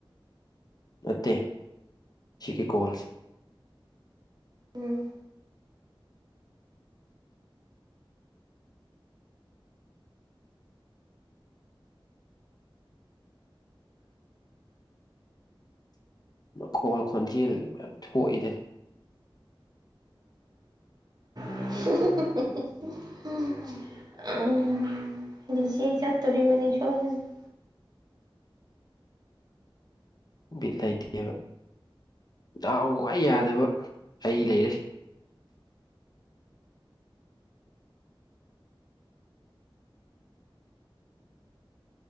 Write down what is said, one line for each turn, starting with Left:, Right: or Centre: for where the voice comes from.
Left: ꯅꯠꯇꯦ ꯁꯤꯒꯤ ꯀꯣꯜꯁ
Right: ꯎꯝ
Left: ꯃꯈꯣꯜ ꯈꯣꯟꯖꯦꯜ ꯃꯌꯥꯝ ꯊꯣꯛꯏꯗ
Right: ꯍꯤ ꯍꯤ ꯍꯤ ꯍꯤ ꯎꯝ ꯔꯤꯖꯦꯛ ꯆꯠꯇꯣꯔꯤꯕꯅꯤ ꯁꯣꯏꯗꯅ
Left: ꯕꯤꯠ ꯂꯩꯇꯦꯕ ꯗꯥꯎ ꯈ꯭ꯋꯥꯏ ꯌꯥꯗꯕ ꯑꯩ ꯂꯩꯔꯦ